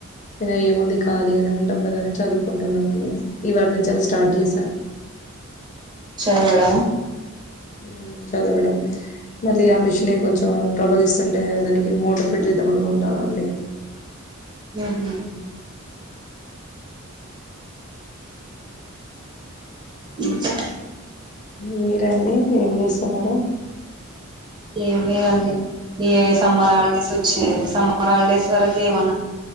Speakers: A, on the left (about 35°); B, on the right (about 20°).
A: ఇంక ఏముంది కలిగానే ఉంటాం దని చదువుకుంటున్నామని ఇవాటి నుంచి అది స్టార్ట్ చేసా
B: చదవడమ
A: ఉ చదవడం మళ్ళీ ఆ మిషన్ కొంచెం ట్రబుల్ ఇస్తుండే దానికి మోటర్ ఫట్ చేద్దాం అనుంట అండి
B: హమ్ ఇంకా
A: మీరండి ఏం చేస్తున్నారు
B: ఏం లేదండి ఏ సమ్మర్ హాలిడేస్ వచ్చేది సమ్మర్ హాలిడేస్ వరకు ఏమన్నా